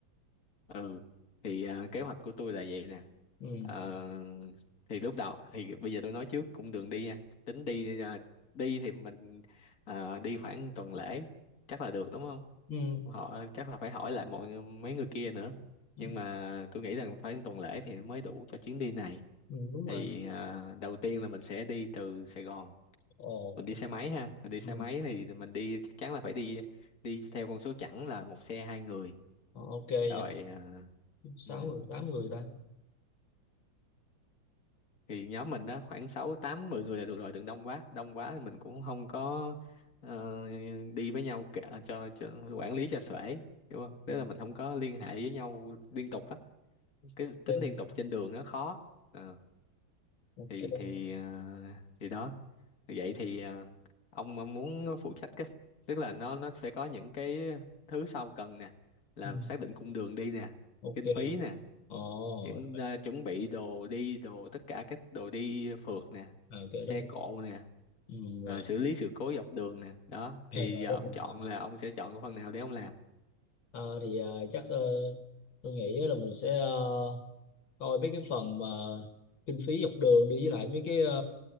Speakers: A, on the left (about 45°); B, on the left (about 75°).
A: ừ thì à, kế hoạch của tôi là vậy nè
B: ừ.
A: Ờ, thì lúc đầu thì bây giờ tôi nói trước cũng đường đi nha tính đi à, đi thì mình à, đi khoảng tuần lễ chắc là được đúng không
B: Ừ.
A: họ chắc là phải hỏi lại mọi mấy người kia nữa
B: ừ
A: nhưng mà tôi nghĩ rằng phải tuần lễ thì mới đủ cho chuyến đi này
B: ừ, đúng
A: thì
B: rồi
A: à, đầu tiên là mình sẽ đi từ Sài Gòn
B: ok
A: mình đi xe máy ha mình đi xe
B: ừ.
A: máy thì mình đi chắc chắn là phải đi đi theo con số chẵn là một xe hai người
B: Ờ, ok vậy
A: rồi à,
B: sáu
A: ừ.
B: người tám người ta
A: thì nhóm mình đó khoảng sáu tám mười người là được rồi đừng đông quá đông quá thì mình cũng không có ờ, đi với nhau cả, à, cho, cho quản lý cho xuể hiểu không tức
B: Ừ.
A: là mình không có liên hệ với nhau liên tục á cái tính
B: em
A: liên tục trên đường nó khó Ờ,
B: ok
A: thì thì ờ, thì đó vậy thì à, ông ông muốn phụ trách cái tức là nó nó sẽ có những cái thứ sau cần nè là
B: ừ.
A: xác định cung đường đi nè
B: ok
A: kinh phí nè
B: ồ
A: những
B: rồi
A: à, chuẩn bị đồ đi đồ tất cả các đồ đi phượt nè
B: Ờ, ok
A: xe
B: đó
A: cộ nè
B: ừ, rồi
A: rồi xử lý sự cố dọc đường nè đó thì
B: ok rồi
A: giờ
B: đó
A: ông
B: mình
A: chọn
B: làm.
A: là ông sẽ chọn cái phần nào để ông làm
B: Ờ, thì ờ, chắc ờ, tôi nghĩ là mình sẽ ờ, coi mấy cái phần mà kinh phí dọc đường đi với lại mấy cái ờ,